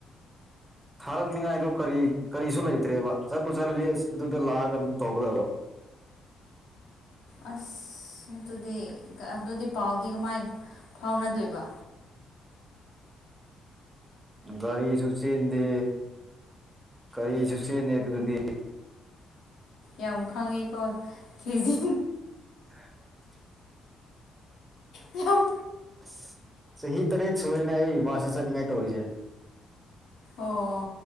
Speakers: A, on the right (about 15°); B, on the left (about 80°).
A: ꯊꯥꯔꯛꯅꯤꯉꯥꯏꯗꯣ ꯀꯔꯤ ꯀꯔꯤꯁꯨ ꯂꯩꯇ꯭ꯔꯦꯕ ꯆꯠꯄ ꯆꯠꯂꯗꯤ ꯑꯁ ꯑꯗꯨꯗ ꯂꯥꯛꯑꯒ ꯑꯗꯨꯝ ꯇꯧꯒꯗꯕ <inaudible>
B: ꯑꯁ ꯑꯁ ꯑꯗꯨꯗꯤ ꯑꯗꯨꯗꯤ ꯄꯥꯎꯗꯤ ꯀꯃꯥꯏ ꯐꯥꯎꯅꯗꯣꯏꯕ
A: ꯒꯥꯔꯤ ꯆꯦꯟꯗꯦ ꯒꯔꯤꯁꯨ ꯆꯦꯟꯗꯦ ꯑꯗꯨꯗꯗꯤ
B: ꯌꯥꯝ ꯈꯪꯉꯤꯀꯣ ꯊꯤꯖꯤꯗꯤ
A: <inaudible>
B: ꯌꯝ
A: ꯑꯁ ꯆꯍꯤ ꯇꯔꯦꯠ ꯁꯨꯔꯦꯅꯦ ꯑꯩ ꯏꯃꯥꯁꯨ ꯆꯅꯤꯡꯉꯥꯏ ꯇꯧꯔꯤꯁꯦ
B: ꯑꯣ